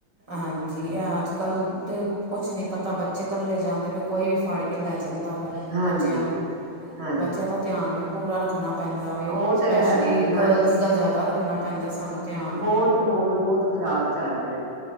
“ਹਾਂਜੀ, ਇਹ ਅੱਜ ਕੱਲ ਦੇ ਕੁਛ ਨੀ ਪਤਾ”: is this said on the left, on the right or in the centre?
Right